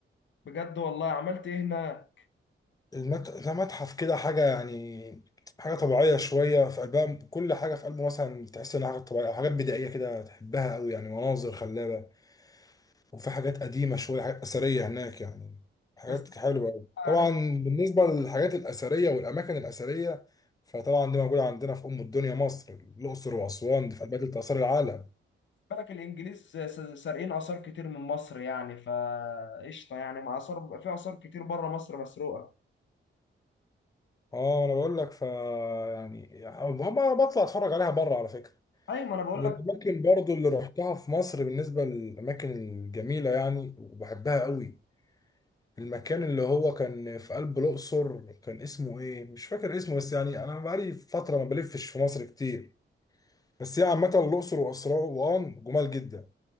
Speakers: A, on the left; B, on the left.
A: بجد والله عملت ايه هنا
B: المت... ده متحف كده حاجة يعني حاجة طبيعية شوية في قلبها كل حاجة في قلبه مثلا تحس إنها حاجة طبيعية أو حاجات بدائية كده تحبها أوي يعني مناظر خلابة وفي حاجات قديمة شوية حاجات أثرية هناك يعني حاجات
A: بس
B: حلوة أوي
A: انا
B: طبعا
A: بالنسبه
B: بالنسبة للحاجات الأثرية والأماكن الأثرية فطبعا دي موجودة عندنا في أم الدنيا مصر الأقصر وأسوان دي في قلبها تلت آثار العالم
A: لك الانجليز س- سارقين اثار كتير من مصر يعني فقشطه يعني ما اثار في اثار كتير بره مصر مسروقه
B: اه انا بقول لك ف يعني يعني ب- بطلع اتفرج عليها بره على فكره
A: ايوه ما انا بقول
B: والأماكن
A: لك
B: برضو اللي روحتها في مصر بالنسبة للأماكن الجميلة يعني وبحبها قوي المكان اللي هو كان في قلب الأقصر كان اسمه إيه؟ مش فاكر اسمه بس يعني أنا بقالي فترة ما بلفش في مصر كتير بس هي عامة الأقصر وأسوان جمال جدا